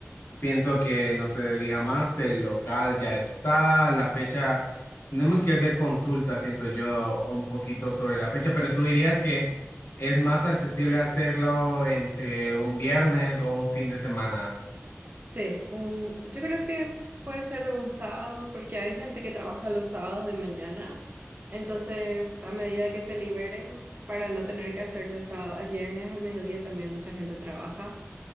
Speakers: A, on the left; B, on the right.
A: Pienso que no se diga más, el local ya está, la fecha, tenemos que hacer consultas, siento yo, un poquito sobre la fecha, pero tú dirías que es más accesible hacerlo entre un viernes o un fin de semana.
B: Sí, un- yo creo que puede ser un sábado porque hay gente que trabaja los sábados de mañana, entonces a medida que se liberen, para no tener que hacerlo el sábado, el viernes al mediodía también mucha gente trabaja,